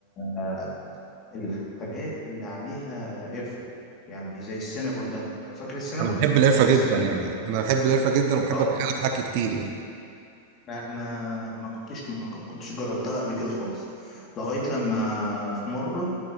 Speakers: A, on the left; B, on the right.
A: آه، الحاجات اللي عليها قرفة يعني زي السينابون ده فاكر السينابون؟
B: انا بحب القرفه
A: عارف
B: جدا
A: السينابون
B: يعني انا بحب القرفه جدا وبحب
A: اه
B: اتخيل في اكل كتير يعني
A: ما ما ما كنتش ما كنتش جربتها قبل كده خالص لغاية لما في مرة